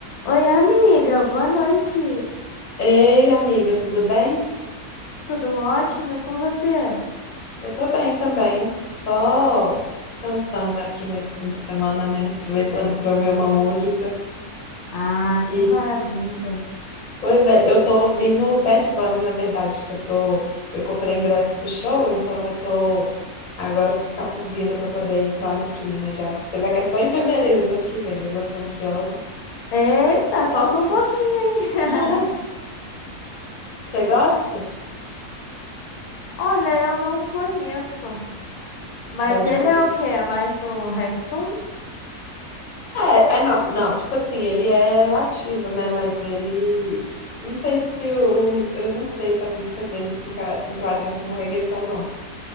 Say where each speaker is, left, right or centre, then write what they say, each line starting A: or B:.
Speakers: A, on the left; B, on the left.
A: Oi, amiga, boa noite.
B: Ei, amiga, tudo bem?
A: Tudo ótimo e com você?
B: Eu tô bem também, só descansando aqui nesse fim de semana, né? Aproveitando pra ouvir uma música.
A: Ah, que
B: E,
A: maravilha.
B: pois é, eu tô ouvindo Bad Bunny, na verdade, que eu tô, eu comprei ingresso pro show, então eu tô, agora eu vou ficar ouvindo pra poder entrar no clima já. Apesar que é só em fevereiro do ano que vem, mas eu sou ansiosa.
A: Eita, falta
B: Nossa,
A: um pouquinho, hein? <laughs>
B: <laughs> Você gosta?
A: Olha, eu não conheço. Mas
B: Bad
A: ele
B: Bunny?
A: é o quê? É mais do reggaeton?
B: É, é não, não, tipo assim, ele é latino, né? Mas ele. Não sei se o. Eu não sei se as músicas dele se enca- enquadram como reggaeton, não.